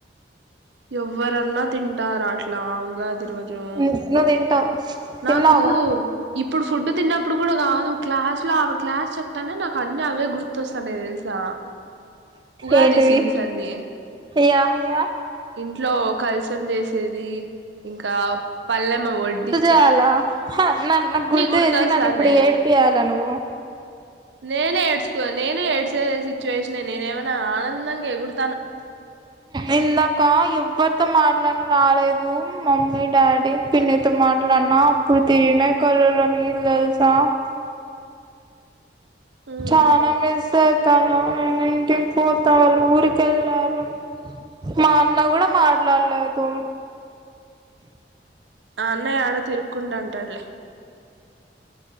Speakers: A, on the right (about 85°); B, on the right (about 25°).
A: ఎవ్వరన్న తిం ఆ రాష్ట్ ఇట్లావుగాది రోజు
B: నువ్వు తింటావు తిన్నావుగా
A: నాకు ఇప్పుడు ఫుడ్ తిన్నప్ ఇప్పుడు కూడా కాదు క్లాస్ లో ఆమె క్లాస్ చెప్తానే నాకు అన్ని అవే గుర్తొస్తానయ్ తెలుసా ఉగాది
B: ఏంటివి
A: సీన్స్ అన్ని
B: యా యా
A: ఇంట్లో కలసం చేసేది ఇంకా పల్లెమ్మ వడ్డి
B: తాల నన్ నాకు గుర్తు
A: గుర్తొస్తాన్నాయి
B: చేసి నన్ ఇప్పుడు ఏడిపయ్యాల నువ్వు
A: నేనే ఏడ్స్కోనా నేనే ఏడ్సేసి సిట్యువేషనే నేనేమైనా ఆనందంగ ఎగుర్
B: ఇందాక ఎవ్వరితో మాట్లాడన రాలేదు మమ్మీ డాడీ పిన్నితో మాట్లాడిన అప్పుడు తిరిిగినయ్ కళ్ళలోనీల్ తెలుసా
A: ఉమ్
B: చానా మిస్ అయితాన నేను ఇంటికి పోతా వాళ్ళు ఊరిక వెళ్ళారు మా అన్న కూడా మాట్లాడలేదు
A: ఆ అన్నయ్య ఆడో తిరుక్కుంఉంటాడుళ్లే